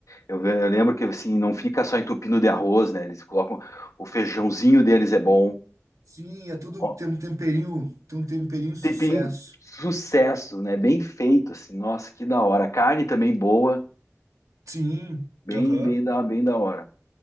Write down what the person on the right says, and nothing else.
sim, é tudo
tem um temperinho, tem um temperinho sucesso.
Sim.
Aham.